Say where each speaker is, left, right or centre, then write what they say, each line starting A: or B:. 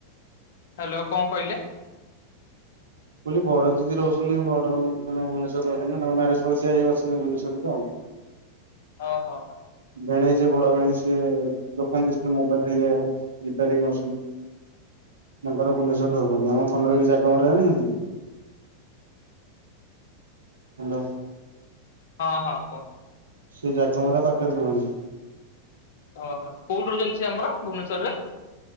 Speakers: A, on the left; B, on the right.
A: ହ୍ୟାଲୋ କଣ କହିଲେ?
B: କହିଲି ବଡ଼ ଦିଦି ରହୁଛନ୍ତି ବଡ଼ ମାନେ ଭୁବନେଶ୍ୱରରେ ରହୁଛନ୍ତି ତାଙ୍କ ମ୍ୟାରେଜ ସେ ଅଛନ୍ତି ଭୁବନେଶ୍ଵର୍ ରେ ତ।
A: ଅ ହ ହ।
B: ଭିଣେଇ ଯିଏ ବଡ଼ ଭିଣେଇ ସିଏ ଦୋକାନ୍ ଦେଇଛନ୍ତି ବମୋବାଇଲ୍ ରେ ଇଏ ରିପାରିଂ କରୁଛନ୍ତି। ତାଙ୍କର ଭୁବନେଶ୍ୱରରେ ରହୁଛନ୍ତି ଆମ ଖଣ୍ଡଗିରି ଜାଗା ମର ଜାଣିଛନ୍ତି? ହ୍ୟାଲୋ।
A: ହଁ ହଁ କୁହ।
B: ସେ ଜକମରା ପାଖରେ ରୁହନ୍ତୁ ।
A: ଓହୋ କୋଉଠି ରଛି ଆମର ଭୁବନେଶ୍ଵରରେ ।